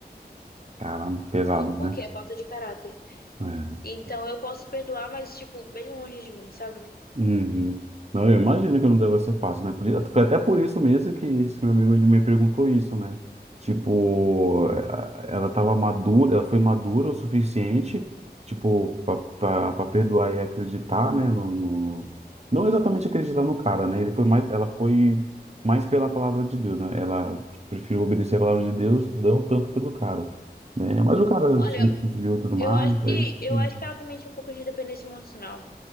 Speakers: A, on the right (about 40°); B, on the left (about 65°).
A: Caramba, pesado,
B: E
A: né?
B: por quê? É falta de caráter.
A: É.
B: Então eu posso perdoar, mas tipo, bem longe de mim, sabe?
A: Uhum. Não, eu imagino que não deva ser fácil, né? Por, i- foi até por isso mesmo que esse meu amigo ele me perguntou isso, né? Tipo, eh, ela estava madura, ela foi madura o suficiente, tipo, para perdoar e acreditar, né? No, no- não exatamente acreditar no cara, né? Ele foi mais, ela foi mais pela palavra de Deus, né? Ela tipo, preferiu obedecer a palavra de Deus, não tanto pelo cara, né? Mas o cara
B: Olha,
A: se conseguiu tudo mais,
B: eu acho
A: aí,
B: que eu
A: uhum.
B: acho que ela também tinha um pouco de dependência emocional.